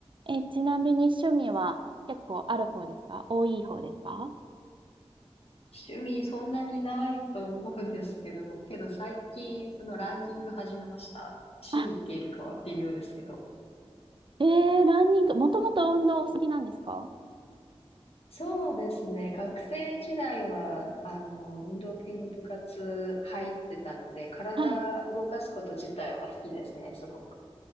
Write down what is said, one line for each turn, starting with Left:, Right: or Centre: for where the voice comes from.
Right: え、ちなみに趣味は結構ある方ですか多い方ですか
Left: 趣味そんなにないと思うんですけど、<laughs> けど最近そのランニング始めました。
Right: あ、
Left: 趣味っているかは微妙ですけど。
Right: えー、ランニング、もともと運動お好きなんですか
Left: そうですね。学生時代は、あの、運動系の部活入ってたので、体動かすこと自体は好きですね、
Right: はい。
Left: すごく。